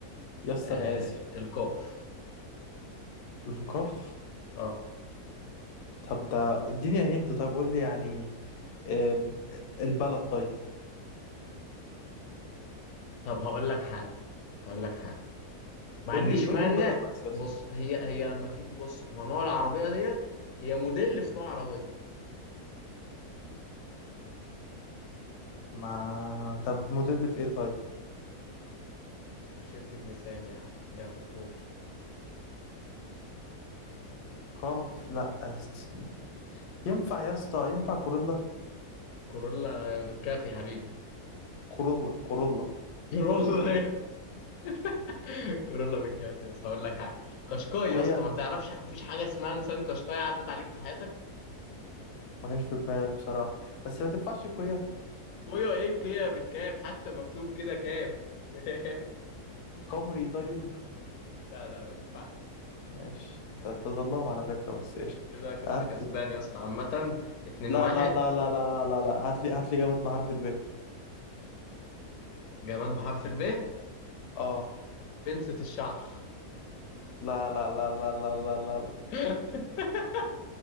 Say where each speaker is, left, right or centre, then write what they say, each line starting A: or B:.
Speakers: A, on the left; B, on the left.
A: يا اسطى
B: آه...
A: انا اسف
B: القاف
A: القاف
B: اه
A: طب ده اديني هنت طيب قول لي يعني آه، البلد طيب
B: طب هقول لك حاجة هقول لك حاجة ما عنديش
A: قول لي قول
B: مانع
A: لي البلد بس يا اسطى
B: بص هي هي ما في بص هو نوع العربية ديت هي موديل في نوع عربية
A: ما طب موديل في ايه طيب
B: شركة نيسان يا عم يلا قول
A: قاف لا يا اسطى ينفع يا اسطى ينفع كورولا
B: كورولا بالكافي يا حبيبي
A: كورولا كورولا
B: كورولا <laughs> كورولا بالكافي يا اسطى هقول لك حاجه قشقاي
A: كويا
B: يا اسطى ما تعرفش مفيش حاجه اسمها انسان قشقاي عدت عليك في حياتك
A: ما جاش في دماغي بصراحة بس ما تنفعش كويا
B: ويا ايه هي بالكاف حتى مكتوب كده كاف <laughs> كاف
A: كامري طيب
B: لا لا ما ينفعش
A: ماشي انت تظلم على فكرة بس قشطة
B: كده كده
A: هات
B: انا كسبان
A: لي
B: يا اسطى عامه 2
A: لا
B: 1
A: لا لا لا لا لا لا لا هات لي هات لي جامد بحرف الب
B: جماد بحرف الب
A: اه
B: بنسة الشعر
A: لا لا لا لا لا لا لا لا
B: <laughs>